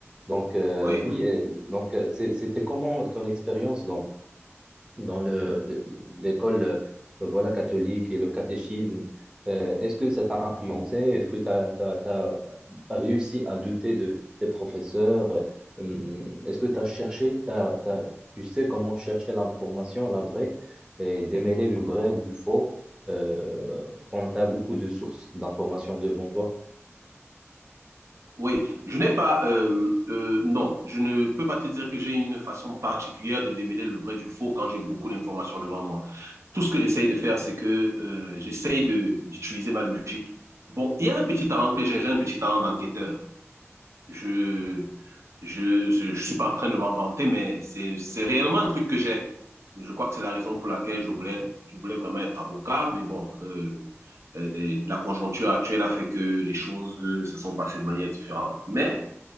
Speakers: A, on the right; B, on the right.
A: Donc, euh,
B: oui,
A: oui, et donc euh, c'est- c'était comment ton expérience dans le, le- l'école euh, voilà, catholique et le catéchisme, euh, est-ce que ça t'a influencé? Est-ce que tu as, réussi à douter de tes professeurs? Euh, hum, Est-ce que tu as cherché, t'as- t'as- tu sais comment chercher l'information, la vraie, et démêler le vrai du faux euh, quand tu as beaucoup de sources d'informations devant toi?
B: oui. Je n'ai pas, euh, euh, non, je ne peux pas te dire que j'ai une façon particulière de démêler le vrai du faux quand j'ai beaucoup d'informations devant moi. Tout ce que j'essaye de faire, c'est que euh, j'essaye de- d'utiliser ma logique. Bon, il y a un petit talent que j'ai, j'ai un petit talent d'enquêteur. Je, je, je, je suis pas en train de m'en vanter, mais c'est, c'est réellement un truc que j'ai. Je crois que c'est la raison pour laquelle je voulais, je voulais vraiment être avocat, mais bon, euh, euh, la conjoncture actuelle a fait que les choses euh, se sont passées de manière différente. Mais